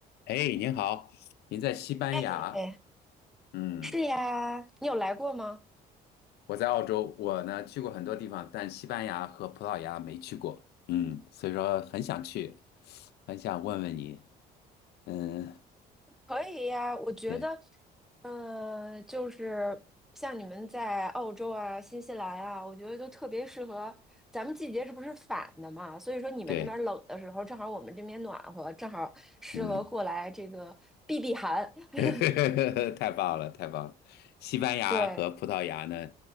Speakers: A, on the left; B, in the centre.
A: 哎，您好，您在西班牙？
B: 哎，
A: 嗯，
B: 是呀，你有来过吗？
A: 我在澳洲，我呢去过很多地方，但西班牙和葡萄牙没去过。嗯，所以说很想去，很想问问你。嗯，
B: 可以呀，我觉得，
A: 对
B: 呃，就是像你们在澳洲啊、新西兰啊，我觉得都特别适合。咱们季节这不是反的嘛，所以说你们那边冷的时候，
A: 对，
B: 正好我们这边暖和，正好适合过来这个避避寒。
A: 嗯。
B: <laughs>
A: <laughs> 太棒了，太棒了！西班牙和葡萄牙呢
B: 对，